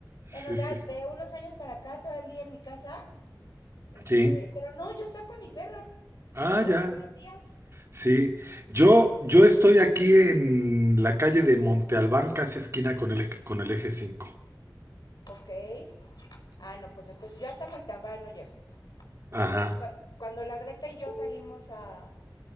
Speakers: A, on the right; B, on the left.
A: sí,
B: Bueno, de,
A: sí.
B: a- de unos años para acá, todo el día en mi casa. Este,
A: Sí.
B: pero no, yo saco a mi perra
A: Ah,
B: a pasear
A: ya.
B: todos los días.
A: Sí. Yo, yo estoy aquí en la calle de Monte Albán, casi esquina con el, eje- con el eje cinco.
B: Ok. Ah, no, pues entonces yo hasta Moltamba no llego.
A: Ajá.
B: O sea, cua- cuando la Greta y yo salimos a,